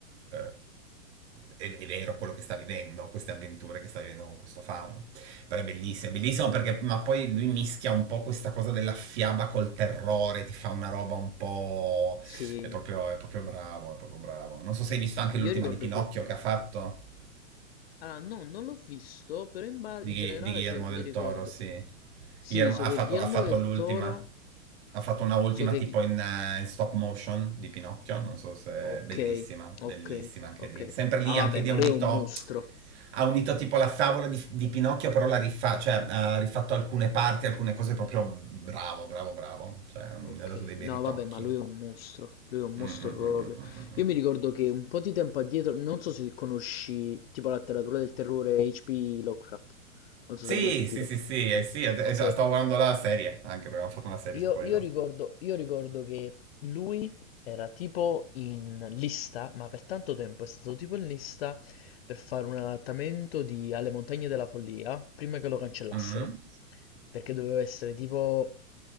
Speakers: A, on the right; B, on the left.
A: eh, è, è vero quello che sta vivendo, queste avventure che sta vivendo con questo fauno. Però è bellissimo, è bellissimo perché, ma poi lui mischia un po' questa cosa della fiaba col terrore, ti fa una roba un po'...
B: Sì,
A: È proprio, è proprio bravo, è proprio bravo. Non so se hai visto anche l'ultima
B: io ricordo
A: di Pinocchio
B: che...
A: che ha fatto.
B: Ah, no, non l'ho visto, però in, ba-
A: Di,
B: in generale
A: di Guillermo
B: so-
A: del
B: mi ricordo...
A: Toro, sì.
B: Sì,
A: Guillermo-
B: so
A: ha
B: che
A: fatto,
B: Guillermo
A: ha fatto
B: del
A: l'ultima.
B: Toro...
A: Ha fatto una ultima
B: So che...
A: tipo
B: Ghi-
A: in, eh, in stop motion di Pinocchio. Non so se
B: Ok,
A: è bellissima, bellissima
B: ok,
A: anche
B: ok.
A: lì. Sempre lì,
B: Ah, vabbè,
A: anche lì
B: ma
A: ha unito.
B: lui è un mostro.
A: Ha unito tipo la favola di, di Pinocchio, però l'ha rifa- cioè, ha rifatto alcune parti, alcune cose proprio bravo, bravo, bravo. Cioè, ha
B: Ok,
A: dato dei bei
B: no,
A: ritocchi.
B: vabbè, ma lui è un mostro. Lui è un mostro
A: Mm, mm, mm,
B: proprio.
A: mm, mm, mm.
B: Io
A: mm.
B: mi ricordo che un po' di tempo addietro, non so se conosci tipo la letteratura del terrore H.P. Lovecraft. Non so
A: Sì,
B: se l'hai mai sentito.
A: sì, sì, sì, eh, sì, eh,
B: Ok,
A: già, stavo guardando la serie, anche perché abbiamo fatto una serie
B: Io,
A: su quello.
B: io ricordo, io ricordo che lui era tipo in lista, ma per tanto tempo è stato tipo in lista per fare un adattamento di Alle Montagne della Follia prima che lo cancellassero,
A: Mm.
B: perché doveva essere tipo